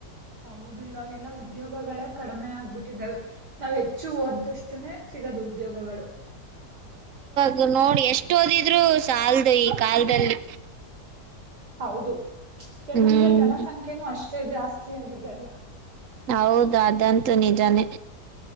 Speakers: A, on the right; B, on the right.
A: ಹೌದು ಇವಾಗೆಲ್ಲಾ ಉದ್ಯೋಗಗಳೇ ಕಡಿಮೆ ಆಗ್ಬಿಟ್ಟಿದ್ದಾವೆ ನಾವ್ ಹೆಚ್ಚು ಓದಷ್ಟುನೆ ಸಿಗದು ಉದ್ಯೋಗಗಳು
B: ದು ನೋಡಿ ಎಷ್ಟ್ ಓದಿದ್ರು ಸಾಲ್ದು ಈ ಕಾಲದಲ್ಲಿ
A: ಹೌದು ಯಾಕಂದ್ರೆ
B: ಹ್ಮ್
A: ಜನಸಂಖ್ಯೆನೂ ಅಷ್ಟೇ ಜಾಸ್ತಿ ಆಗಿದೆ ಅಲ್ಲ
B: ಹೌದು ಅದಂತೂ ನಿಜಾನೇ